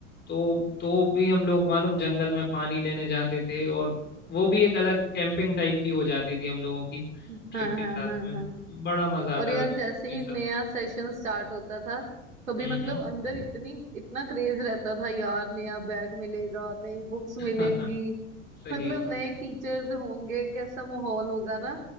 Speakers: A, on the left; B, on the right.
A: तो तो भी हम लोग मालूम जंगल में पानी लेने जाते थे और वो भी एक अलग कैंपिंग टाइप की हो जाती थी हम लोगों की
B: हाँ
A: ट्रिप के
B: हाँ
A: साथ
B: हाँ
A: में
B: हाँ
A: बड़ा मजा आता
B: और यार
A: था दोस्तों
B: जैसे ही
A: के साथ
B: नया सेशन स्टार्ट होता था तभी
A: हम्म
B: मतलब अंदर इतनी इतना क्रेज रहता था यार नया बैग मिलेगा नई बुक्स मिलेंगी
A: हम्म <laughs> सही
B: मतलब
A: बात
B: नए टीचर्स होंगे कैसा माहौल होगा ना